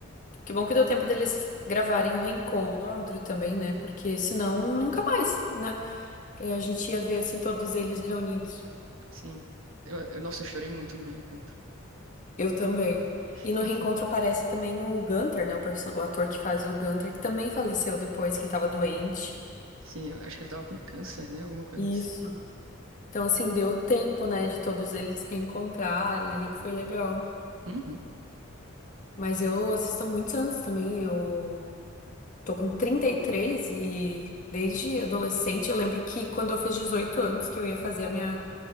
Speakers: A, on the left; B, on the right.
A: que bom que deu tempo deles gravarem o reencontro também, né? Porque senão nunca mais, né? É, a gente ia ver, assim, todos eles reunidos.
B: Sim. Eu, eu, nossa, eu chorei muito no reencontro.
A: Eu também.
B: <laughs>
A: E no reencontro aparece também o Gunther, né? O, perso- o ator que faz o Gunther, que também faleceu depois que ele tava doente.
B: Sim, eu acho que ele tava com câncer, né? Alguma coisa
A: Isso.
B: assim.
A: Então, assim, deu tempo, né, de todos eles reencontrarem ali, que foi legal.
B: Uhum,
A: Mas eu assisto há muitos anos também. Eu tô com trinta e três e desde adolescente eu lembro que quando eu fiz 18 anos que eu ia fazer a minha